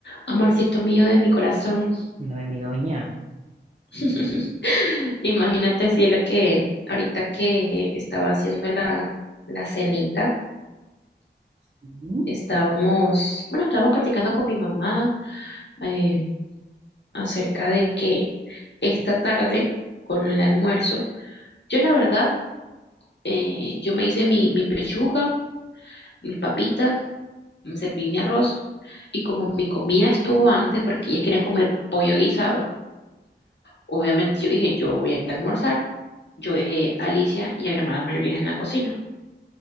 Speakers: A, on the left; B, on the right.
A: Amorcito mío de mi corazón.
B: no de mi doña.
A: <laughs> Imagínate, cielo, que ahorita que estaba haciendo la, la cenita,
B: Ujú,
A: estábamos, bueno, estábamos platicando con mi mamá eh, acerca de que esta tarde, con el almuerzo, yo la verdad, eh, yo me hice mi, mi pechuga, mis papitas, me serví mi arroz, y como mi comida estuvo antes, porque ellas querían comer pollo guisado, Obviamente yo dije, yo voy a almorzar. Yo dejé a Alicia y a mi hermana mayor en la cocina.